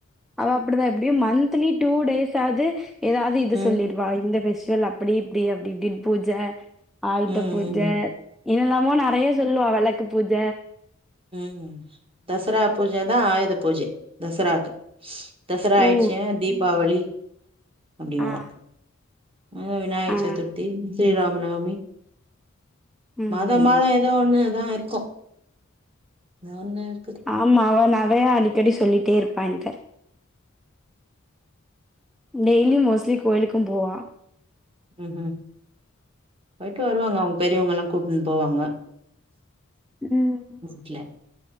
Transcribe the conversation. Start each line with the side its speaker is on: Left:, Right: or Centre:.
Centre: அவ அப்டிதா எப்டியு மன்த்திலி டூ டேஸாவ்து எதாது இது
Right: ம்
Centre: சொல்லிரு வா இந்த ஃபெஸ்டிவல் அப்பிடி இப்பிடி அப்டி இப்டின் பூஜ ஆயுத
Right: ம்
Centre: பூஜ என்னல்லாமோ நெறைய சொல்லுவா வெளக்கு பூஜ
Right: ம் தசரா பூஜ தா ஆயுத பூஜ தசராக்கு தசரா
Centre: ஓ
Right: ஆயிட்ச்சே தீபாவளி அப்டி வரு
Centre: ஆ
Right: அதா விநாயக
Centre: ஆ
Right: சதுர்த்தி, ஸ்ரீராம நவமி
Centre: ம்
Right: மாத மாதோ எதோ ஒன்னு தா இருக்கு ஏதோ ஒண்ணு இருக்குது
Centre: ஆமா அவ நெறையா அடிக்கடி சொல்லிட்டே இருப்பா என்ட்ட டெய்லி மோஸ்ட்லி கோயிலுக்கு போவா
Right: ம்ம் போய்ட்டு வருவாங்க அவுங் பெரியவங்கல்லா கூப்ட்டுன் போவாங்க
Centre: ம்
Right: வீட்ல